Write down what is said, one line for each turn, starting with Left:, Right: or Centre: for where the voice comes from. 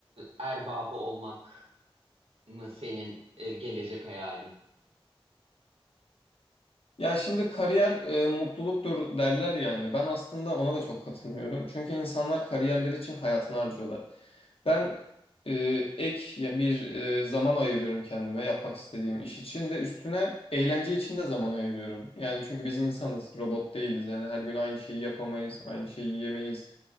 Right: erbabı olmak mı senin e, gelecek hayalin?
Left: Ya şimdi kariyer e, mutluluktur derler yani. Ben aslında ona da çok katılmıyorum. Çünkü insanlar kariyerleri için hayatını harcıyorlar. Ben e, ek ya bir e, zaman ayırıyorum kendime yapmak istediğim iş için ve üstüne eğlence için de zaman ayırıyorum. Yani çünkü biz insanız, robot değiliz. Yani her gün aynı şeyi yapamayız, aynı şeyi yiyemeyiz.